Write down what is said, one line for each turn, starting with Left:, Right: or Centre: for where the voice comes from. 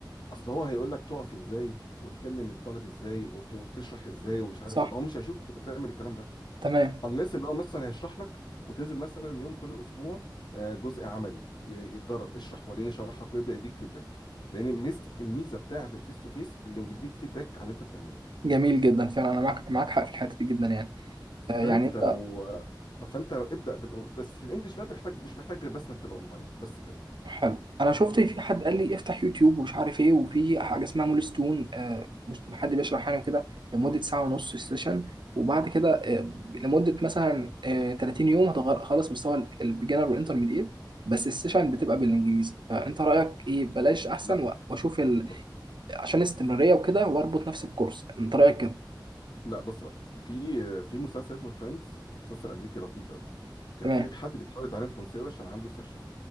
Left: اصل هو هيقول لك تقف ازاي وتكلم الطالب ازاي وت- وتشرح ازاي ومش عارف
Right: صح
Left: ايه هو مش هيشوفك انت بتعمل الكلام ده
Right: تمام
Left: unless ان هو مثلا هيشرح لك وتنزل مثلا يوم كل اسبوع آه، جزء عملي ي- يتدرب اشرح وريني شرحك ويبدا يديك فيدباك لان ميزه الميزه بتاعه الفيس تو فيس اللي بيديك فيدباك على اللي انت بتعمله
Right: جميل جدا فعلا انا معاك معاك حق في الحته دي جدا يعني آه،
Left: فانت
Right: يعني انت
Left: لو فانت ابدا بالأون- بس في الانجليش بقى انت محتاج مش محتاج غير بس انك تبقى اونلاين بس كده
Right: حلو انا شفت في حد قال لي افتح يوتيوب ومش عارف ايه وفي حاجه اسمها مول ستون آه، مش- حد بيشرح يعني وكده لمده ساعه ونص في السيشن وبعد كده آه، لمده مثلا آه، 30 يوم هتغ- خلاص مستوى البيجنر والانترميديت بس السيشن بتبقى بالانجليزي فانت رايك ايه بلاش احسن
Left: لا
Right: و- واشوف ال...
Left: بص
Right: عشان الاستمراريه وكده واربط نفسي بكورس انت رايك كده
Left: لا بص بقى في في مسلسل اسمه فريندز مسلسل امريكي لطيف قوي كان
Right: تمام
Left: في حد بيحاول يتعلم فرنساوي عشان عنده سيشن